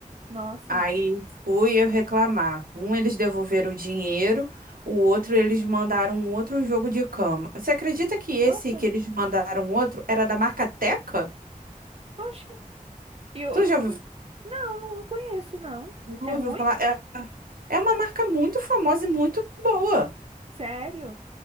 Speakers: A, on the right; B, on the right.
A: Nossa,
B: Aí fui eu reclamar. Um, eles devolveram o dinheiro, o outro, eles mandaram um outro jogo de cama. Você acredita que
A: nossa,
B: esse que eles mandaram um outro era da marca Teca?
A: oxi. E o
B: Tu
A: e
B: já
A: o que?
B: ouviu,
A: Não, não conheço, não.
B: não
A: É
B: ouviu
A: ruim?
B: falar? É, é uma marca muito famosa e muito boa.
A: Sério?